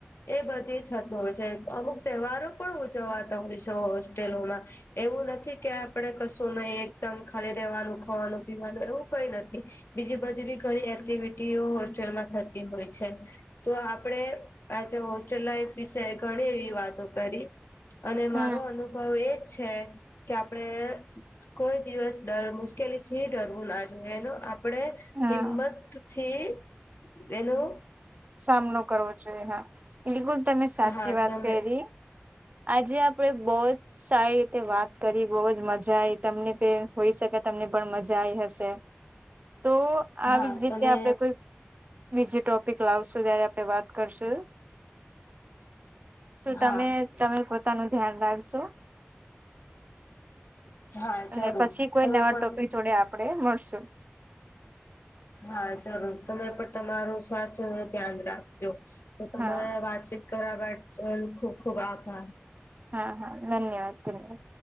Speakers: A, on the left; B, on the right.
A: એ બધી થતું હોય છે અમુક તહેવારો ઉજવાતા હોય છે હોસ્ટેલોમાં. એવું નથી કે આપડે કશું નહી એકદમ ખાલી રેવાનું ખાવાનું. એવું કઈ નથી, બીજી બધી બી ઘણી એક્ટિવિટીઓ હોસ્ટેલમાં થતી હોય છે. તો આપડે આજે હોસ્ટેલ લાાઈફ વિશે ઘણી એવી વાતો કરી. અને
B: હમ
A: મારો અનુભ અનુભ એજ છે કે આપડે કોઈ દિવસ ડર મુશ્કેલી થી ડરવું ના જો એનો આપણે
B: હા
A: હિંમત થી એનું
B: સામનો કરવો જોઈએ હા બિલકુલ તમે સાચી
A: હા
B: વાત
A: તમે
B: કરી. આજે આપણેે બહુ જ સારી રીતે વાત કરી બહુ જ મજા આવીઈ તમને તે. હોઈ શકે તમને પણ મજા આઈ હશે? તો આવી
A: હા
B: જ રીતે
A: તમે
B: આપડે કોઈ વિઝિ ટોપિક લાવશો ત્યારે આપણે વાત કરશું. તો
A: હા
B: તમે? તમે પોતાનું ધ્યાન રાખજો.
A: હા
B: અને
A: જરૂર
B: પછી કોઈ
A: તમે
B: નવા
A: પણ
B: ટોપિક જોડે આપણેે મળશું.
A: હા જરૂર તમે પણ તમારું સ્વાસ્થ્ય ન ધ્યાન રાખજો તો તમારે
B: હા
A: વાતચીત કર વા ખૂબ ખૂબ આભાર.
B: હા હા ધન્યવાદ ધન્યવાદ,